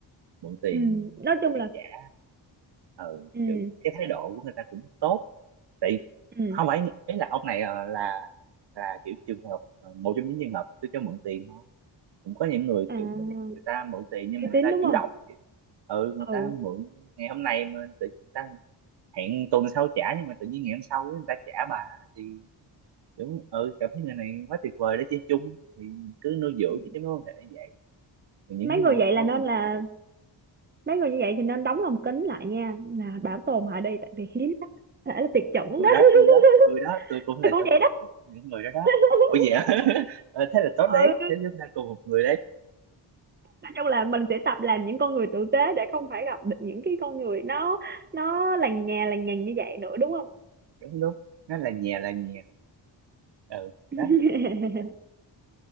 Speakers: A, on the right; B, on the right.
A: mượn tiền
B: ừ. nói
A: để
B: chung
A: giấc
B: là
A: trả ừ
B: ừ
A: kiểu cái thái độ của người ta cũng tốt tại
B: ừ
A: không phải ý là ông này ờ, là là kiểu trường hợp ờ, một trong những trường hợp tôi cho mượn tiền thôi cũng có những người
B: à,
A: kiểu người ta mượn tiền nhưng
B: uy
A: mà người
B: tín
A: ta
B: đúng
A: chủ
B: không
A: động chứ ừ người
B: ừ
A: ta mượn ngày hôm nay mà tự người ta hẹn tuần sau trả nhưng mà tự nhiên ngày hôm sau ấy, người ta trả bà thì kiểu ừ cảm thấy người này quá tuyệt vời để chơi chung thì cứ nuôi dưỡng
B: Ừ.
A: chứ cái mối quan hệ như vậy thì những
B: mấy
A: mối
B: người
A: mối
B: vậy
A: mối
B: là nên
A: quan
B: là
A: hệ
B: mấy người như vậy thì nên đóng lồng kính lại nha là bảo tồn họ đi tại vì hiếm lắm thể là tuyệt chủng
A: tôi
B: đó
A: đó
B: <laughs>
A: tôi đó tôi đó tôi cũng là
B: tôi cũng
A: trong
B: vậy
A: một,
B: đó
A: một những người đó đó
B: <laughs>
A: ủa vậy hả? <laughs> Ờ, thế là tốt đấy
B: ừ
A: thế chúng ta cùng một người đấy
B: nói chung là mình sẽ tập làm những con người tử tế để không phải gặp được những cái con người nó nó lằng nhà lằng nhằng như vậy nữa đúng không
A: đúng đúng nó là nhà là nhà ừ
B: <laughs>
A: đó